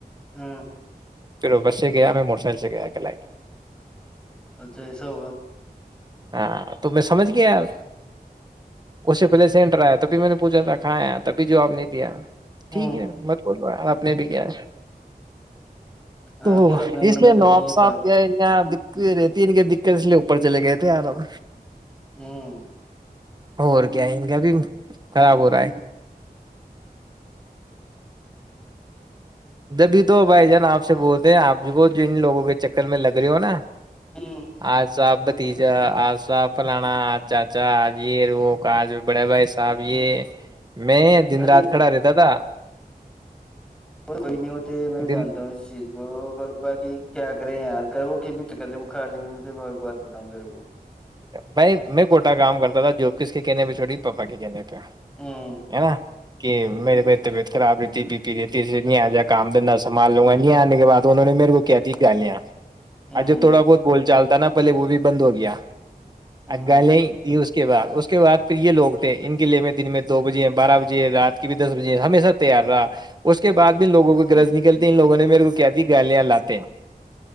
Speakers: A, in the centre; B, on the right.
A: ہوں
B: پھر بس سے گیا میں موٹر سائیکل سے گیا کہ ل
A: اچھا ایسا ہوا
B: ہاں تو میں سمجھ گیا یار اس سے پہلے سے انٹر آیا تبھی میں نے پوچھا تھا کھاں آ تبھی جواب نہیں دیا
A: ہ
B: ٹھیک ہے مت بولو آپ نے بھی کیا
A: ہاں
B: تو
A: پھر اپنے من
B: اس لیے
A: میں تو
B: ناب
A: نہیں ہے
B: صاحب
A: پا
B: کیا تو یہ رہےتی ان کی دقت اس لیے اوپر چلے گئے تھے آرام
A: ھمم
B: اور کیا ہے کیا بھی خراب ہو رہا ہے جبھی تو بھائی جان آپ سے بولتے ہیں آپ کو ان لوگوں کے چکر میں لگ رہے ہو نا
A: ہوں
B: آاں سا آپ <unintelligible> ا آجا فلانا چاچا آج وہو آج بڑے بھائی صاحب یہ میں دن
A: ارے
B: رات کھڑا رہتا تھا
A: کوئی نہیں ہوتے میں بھی
B: دن
A: جانتا ہوں اس چیز کو پر باق کیا کرے یار کر وہ بھی کر لے وہ کھا لیں گے میں تو بات بتاؤں تیرے کو
B: بھائی میں کوٹا کام کرتا تھا جو کس کے کہنے پہ چھوٹی پاپا کے کہنے پ
A: ہوں
B: ہے ن کہ میرے پ طبیعت خراب رہتی بی پی رہتی نہیں آ جا کام د سامان لوں گا یہ آنے کے بعد دونوں نے میرے کو کیا تھی گالیاں
A: ہوں
B: آ جو تھوڑا بہت بول چال تھا نا پلے وہ بھی بند ہو گیا
A: ہوں
B: گالیا ت اس کے بعد اس کے بعد پھر یہ لوگ تھے ان کے لیے میں دن میں دو بجے بارہ بجے رات کے بھی دس بجے ہمیشہ تیار رہا اس کے بعد بھیوگوں کی گرج نکلتی ان لوگوں نے میرے کو کیا ت گالیاں لاتے ہیں